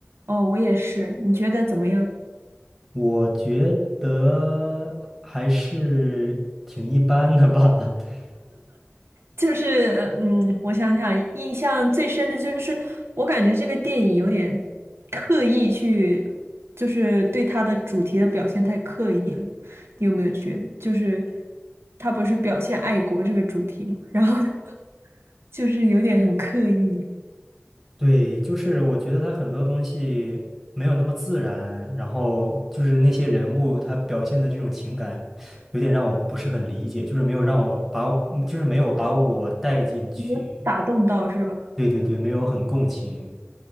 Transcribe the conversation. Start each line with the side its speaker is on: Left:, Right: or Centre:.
Right: 哦，我也是。你觉得怎么样？
Centre: 我觉得还是挺一般的吧，<laughs>
Right: 就是嗯，我想想，印象最深的就是我感觉这个电影有点刻意去，就是对它的主题的表现太刻意了。你有没有觉得，就是他不是表现爱国这个主题嘛，然后 <laughs> 就是有点很刻意，
Centre: 对，就是我觉得他很多东西没有那么自然，然后就是那些人物他表现的这种情感，有点让我不是很理解，就是没有让我把我就是没有把我带进去。
Right: 没有打动到是吧？
Centre: 对对对，没有很共情。